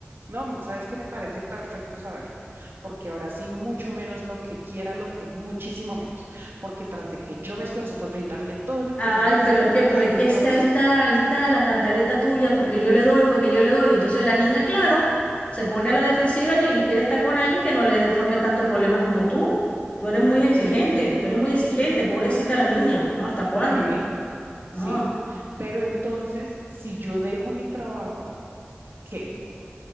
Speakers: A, on the right; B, on the left.
A: No, sabes que me parece perfecto saberlo, porque ahora sí mucho menos lo que quiera, lo que muchísimo menos, porque tras de que yo me esfuerzo por brindarle todo lo
B: Ay,
A: que ella necesita,
B: pero es que, por es
A: entonces,
B: que está, ahí está, ahí está la cantaleta tuya, porque yo le doy, porque yo le doy. Entonces la niña, claro, se pone a la defensiva y, y quiere estar con alguien que no le forme tanto problema como tú. Tú eres muy exigente,
A: ok,
B: tú eres muy exigente, pobrecita la niña, ¿no? ¿Hasta cuándo?
A: ok. Sí,
B: No.
A: pero entonces, si yo dejo mi trabajo, ¿qué?